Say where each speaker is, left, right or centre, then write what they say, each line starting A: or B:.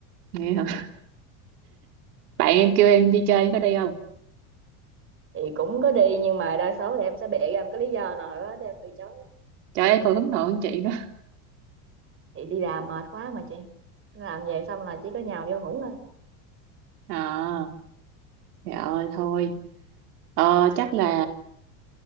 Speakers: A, on the right; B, on the right.
A: Nghe hả? <laughs> Bạn em kêu em đi chơi, em có đi không?
B: thì cũng có đi nhưng mà đa số thì em sẽ bịa ra một cái lý do nào đó để em từ chối
A: Trời ơi, còn hướng nội hơn chị nữa.
B: chị đi làm mệt quá mà chị làm về xong là chỉ có nhào vô ngủ thôi
A: À, trời ơi, thôi. Ờ, chắc là...